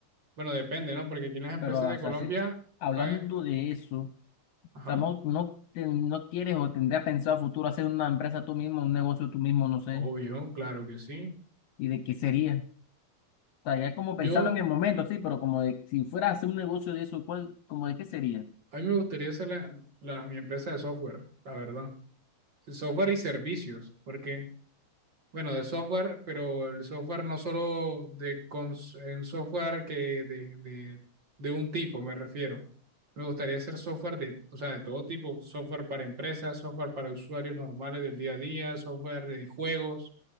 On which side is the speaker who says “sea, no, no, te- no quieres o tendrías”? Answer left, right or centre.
Left